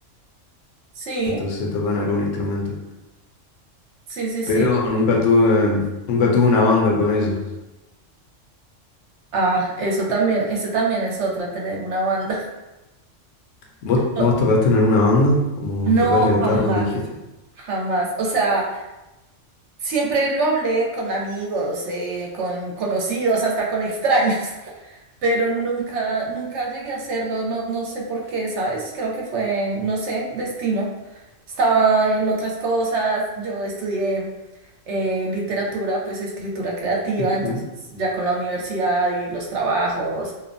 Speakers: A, on the right; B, on the left.
A: Sí,
B: entonces tocan algún instrumento,
A: sí, sí, sí.
B: pero nunca tuve, nunca tuve una banda con ellos.
A: Ah, eso
B: Ju-
A: también, ese también es otra, tener una banda.
B: ¿Vos,
A: <laughs>
B: vos tocaste en alguna banda? Como
A: No,
B: tocas la guitarra,
A: jamás,
B: me dijiste.
A: jamás. O sea, siempre lo hablé con amigos, eh, con conocidos, hasta con extraños. <laughs> pero nunca, nunca llegué a hacerlo, no, no sé por qué, ¿sabes? Creo que fue, no sé, destino. Estaba en otras cosas, yo estudié eh, literatura, pues escritura creativa,
B: Ujú.
A: entonces ya con la universidad y los trabajos